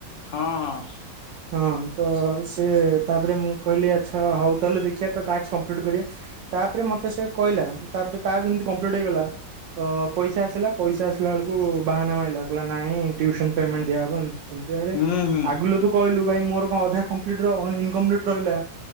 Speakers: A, on the left; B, on the right.
A: ହଁ ହଁ।
B: ହଁ ତ ସେ ତାପରେ ମୁଁ କହିଲି ଆଚ୍ଛା ହଉ ତାହେଲେ ଦେଖିବା ଟାକ୍ସ କମ୍ପ୍ଲିଟ କରିବା। ତାପରେ ମତେ ସେ କହିଲା ତାପରେ ତାର ଯେମିତି କମ୍ପ୍ଲିଟ୍ ହେଇଗଲା ତ ପଇସା ଆସିଲା। ପଇସା ଆସିଲା ବେଳକୁ ବାହାନା ମାଇଲା କହିଲା ନାଇଁ ଟ୍ୟୁସନ ପେମେଣ୍ଟ ଦିଆହବ ଏମତି। ସେମିତିରେ
A: ହୁଁ ହୁଁ ହୁଁ
B: ଆଗିଲ ତୁ କହିଲୁ ଭାଇ ମୋର କଣ ଅଧା କମ୍ପ୍ଲିଟର ଇନକମ୍ପ୍ଲିଟ ରହିଲା।